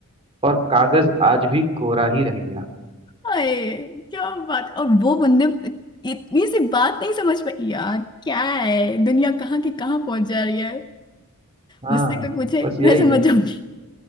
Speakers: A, on the right (about 25°); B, on the left (about 20°).
A: और कागज आज भी कोरा ही रह गया
B: हाय क्या बात और वो बंदे इतनी सी बात नहीं समझ पाई यार क्या है दुनिया कहाँ की कहाँ पहुंच जा रही है
A: हाँ
B: मुझसे कोई पूछे
A: बस यही
B: मैं समझ
A: है
B: जाऊंगी